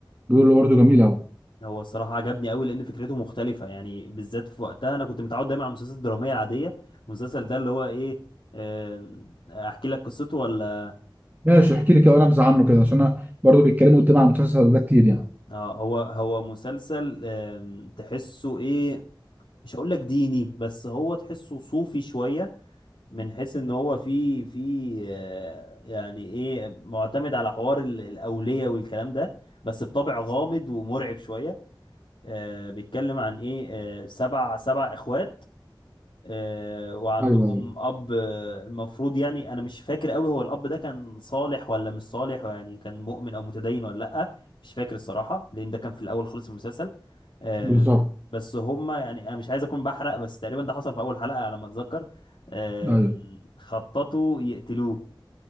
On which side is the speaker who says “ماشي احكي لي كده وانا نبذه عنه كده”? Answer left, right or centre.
Right